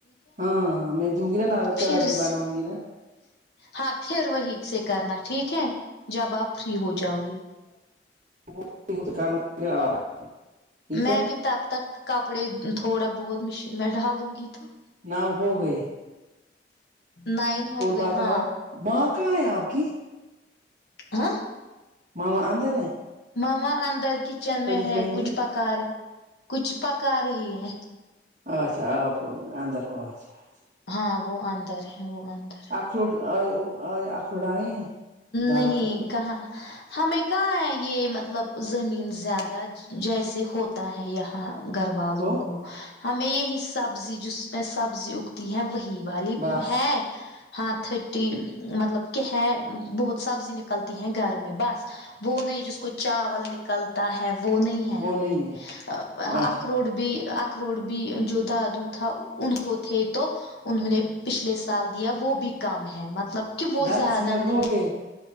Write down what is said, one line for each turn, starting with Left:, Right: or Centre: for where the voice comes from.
Right: ہاں ہاں میں دوں گی نا چائے
Left: پھرسے
Right: بھی بناؤں گی نا
Left: ہاں پھر وہی سے کرنا ٹھیک ہے جب آپ فری ہو جاؤ گی
Right: <unintelligible> ٹھیک
Left: میں
Right: ہے
Left: بھی تب تک کپڑے تھوڑا بہت مشین میں ڈالوں گی تو
Right: نؤ ہوگے
Left: نائن ہو گئی
Right: بتاؤ
Left: ہاں
Right: ماں کہاں ہے آپ کی
Left: ہاں
Right: ماما اندار ہے
Left: ماما اندر کچن
Right: فرید
Left: میں ہے
Right: بہن
Left: کچھ
Right: جی
Left: پکا رہ کچھ پکا رہی ہے
Right: اچھا آپ اندر ہو اچھا اچھا
Left: ہاں وہ اندر ہے وہ اندر ہے
Right: اخروٹ ا آخروٹ آیں ہیں درخت
Left: نہیں
Right: پہ
Left: کہاں ہمیں کہاں ہے یہ مطلب زمین زیادہ جیسے ہوتا ہے یہ گھر والوں
Right: تو
Left: کو ہمیں یہی سبزی جس میں سبزی اگتی ہے وہی یہوالی
Right: بس
Left: ہے ہاں تھرٹی مطلب کہ ہے بہت سبزی نکلتی ہیں گھر میں بس وہ نہیں ج کو چاول نکلتا ہے وہ نہیں ہے ہمیں
Right: وہ نہیں ہے
Left: اخ
Right: اچھا
Left: روڈ بھی اکروڑ بھی جوتا دوتھا ان کو تھے تو انہوں نے پچھلے سال دیا وہ بھی کم ہے مطلب کہ وہ
Right: دس
Left: زیادہ
Right: منٹ
Left: نہیں
Right: ہو گئے
Left: ہے